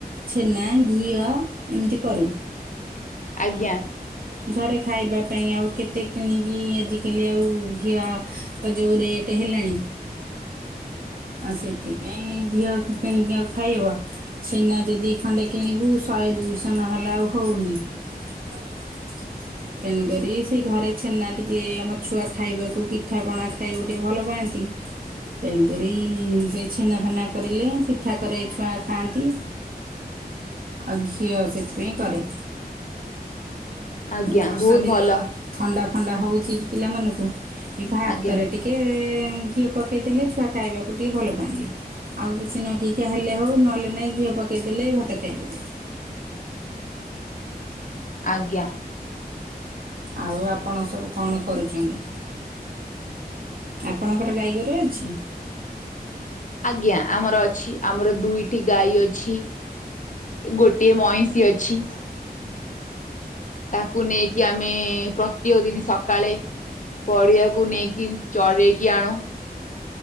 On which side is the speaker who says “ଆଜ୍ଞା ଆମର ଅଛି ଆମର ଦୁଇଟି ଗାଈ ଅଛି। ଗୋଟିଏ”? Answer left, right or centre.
Left